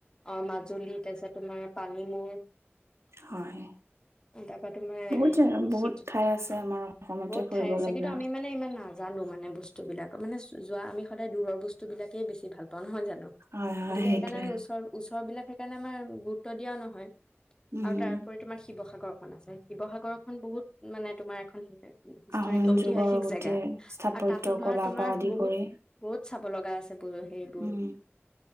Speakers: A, on the left; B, on the right.
A: অ মাজুলীত তাছত তোমাৰ পানীমুৰ
B: হয়
A: তাৰপা তোমাৰ
B: বহুত জেগা বহুত
A: শিৱ
B: ঠাই আছে
A: অ
B: আমাৰ অসমতে
A: বহুত
B: ফুৰিব
A: ঠাই আছে
B: লগা
A: কিন্তু আমি মানে ইমান নাজানো মানে বস্তু বিলাক মানে যোৱা আমি সদায় দূৰৰ বস্তু সিবিলাকে বেছি ভাল পাও নহয় জানো
B: হয় হয়
A: গতিকে
B: সেইটোৱে
A: সেইকাৰণে আমি ওচৰ ওচৰ বিলাক সেই কাৰণে আমাৰ গুৰুত্ব দিয়াও নহয়
B: উম
A: আৰু তাৰপৰি তোমাৰ শিৱসাগৰ আছে শিৱসাগৰ খন বহুত মানে তোমাৰ এখন হি হিষ্টৰি
B: আহোম
A: ঐতিহাসিক
B: যুগৰ গোটেই
A: জেগা
B: স্থাপত্য
A: আৰু তাতো ধৰা
B: কলা
A: তোমাৰ
B: পৰা আদি
A: বহুত
B: কৰি
A: বহুত চাব লগা আছে ব সেইবোৰ
B: উম